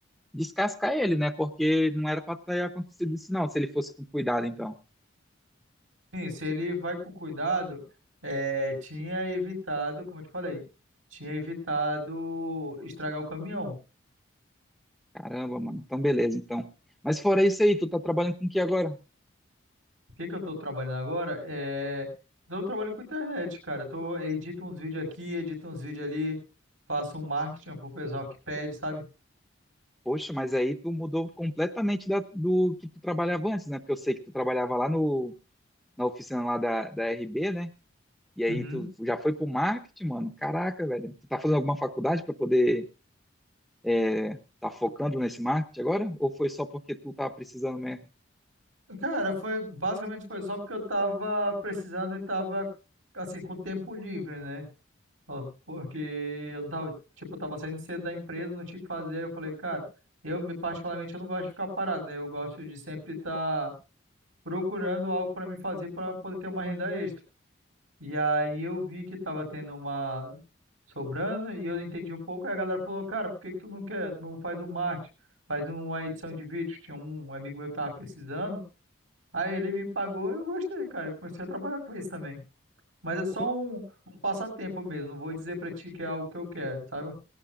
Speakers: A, in the centre; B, on the right.
A: descascar ele, né? Porque não era para ter acontecido isso, não, se ele fosse com cuidado, então.
B: Sim, se ele vai com cuidado, é, tinha evitado, como eu te falei, tinha evitado estragar o caminhão.
A: Caramba, mano. Então, beleza, então. Mas fora isso aí, tu tá trabalhando com o que agora?
B: O que que eu tô trabalhando agora? É, tô trabalhando com internet, cara. Tô, edito uns vídeos aqui, edito uns vídeos ali, faço um marketing pro pessoal que pede, sabe?
A: Poxa, mas aí tu mudou completamente da- do que tu trabalhava antes, né? Porque eu sei que tu trabalhava lá no, na oficina lá da, da RB, né? E aí
B: Uhum.
A: tu já foi pro marketing, mano. Caraca, velho. Tu tá fazendo alguma faculdade para poder é, tá focando nesse marketing agora? Ou foi só porque tu tá precisando mesmo?
B: Cara, foi basicamente foi só porque eu tava precisando e tava assim com tempo livre, né? Ó, Porque eu não tava, tipo, eu tava saindo cedo da empresa, não tinha o que fazer. Eu falei, cara, eu me- particularmente eu não gosto de ficar parado, né? Eu gosto de sempre estar procurando algo para me fazer para poder ter uma renda extra. E aí eu vi que tava tendo uma sobrando e eu entendi um pouco. Aí a galera falou, cara, por que que tu não quer, não faz um marketing, faz uma edição de vídeo? Tinha um amigo meu que tava precisando. Aí ele me pagou, eu gostei, cara. Eu comecei a trabalhar com isso também. Mas é só
A: Pô,
B: um, um passatempo mesmo. Não vou dizer pra ti que é algo que eu quero, sabe?